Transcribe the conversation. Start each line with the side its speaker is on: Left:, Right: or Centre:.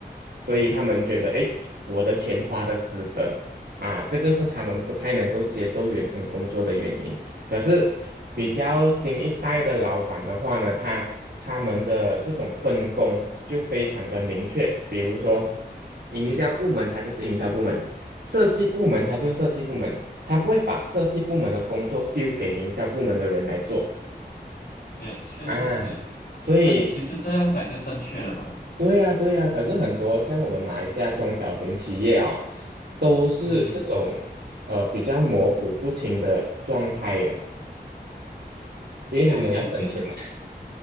Right: 所以他们觉得诶，我的钱花的值得啊，这个是他们不太能够接受远程工作的原因。可是比较新一代的老板的话呢，他他们的这种分工就非常的明确，比如说营销部门，
Left: 是
Right: 它就是营销部门。设计部门它就是设计部门，它不会把设计部门的工作丢给营销部门的人来做
Left: 确确实是，
Right: 嗯啊。所以，
Left: 这其实这样才是正确的嘛。
Right: 对呀，对呀。可是很多像我们马来西亚中小型企业啊，都是这种
Left: 嗯哼哼，
Right: 呃比较模糊不清的状态的，因为他们要省钱嘛。
Left: 对对对，就是